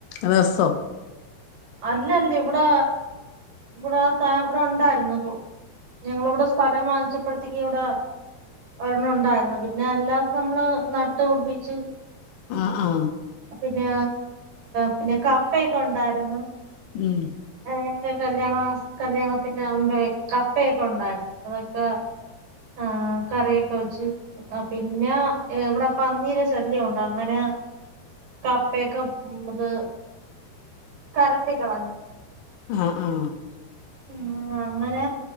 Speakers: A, on the left; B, on the right.
A: രസൊ
B: അല്ലന്തേ ഇവടെ ഇവടെ താ ഇവടെണ്ടായിരുന്നു ഞങ്ങളിവിടെ സ്ഥലം വാങ്ങിച്ചപ്പോഴത്തേക്ക് ഇവിടെ ഒരണ്ണണ്ടായിരുന്നു പിന്നെ അല്ലാത നമ്മള് നട്ട് പിട്പ്പിച്ച്
A: ആ ആ
B: പിന്നെ പിന്നെ കപ്പയൊക്കെണ്ടായിരുന്നു
A: ഉം
B: എന്റെ കല്യാണ കല്യാണത്തിന്റമുമ്പേ കപ്പയൊക്കെ ഉണ്ടായിരുന്നു അതൊക്കെ ആ കറിയൊക്കെ വെച്ചു പിന്നെ ഇവടെ പന്നീട ശല്യമുണ്ട് അങ്ങനെ കപ്പയൊക്കെ ഇത് കരണ്ടി കളഞ്ഞു.
A: ആ ആ
B: ഉം ആ അങ്ങനെ